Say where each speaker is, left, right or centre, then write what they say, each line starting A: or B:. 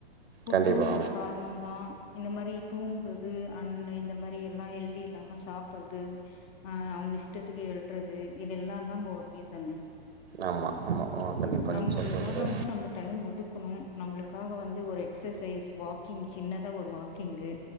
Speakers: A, on the left (about 20°); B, on the right (about 80°).
A: ஃபுட்டு
B: கண்டிப்பா
A: ஒரு காரணந்தா இந்த மாரி தூங்று து அன் அ இந்த மாரி எல்லா எல் இது இல்லாம சாப்றது ஆ அவுங்க இஷ்டத்துக்கு எழ்றது இதெல்லாதா ஒரு ரீசன்
B: ஆமா ஆமா ஆ கண்டிப்பா
A: நம்முளுக்காக
B: நீங்க சொல்றது
A: வந்ட்டு நம்ம டைம் ஒதுக்கணு நம்முளு க்காக வந்து ஒரு எக்சசைஸ் வாக்கிங் சின்னதா ஒரு வாக்கிங்கு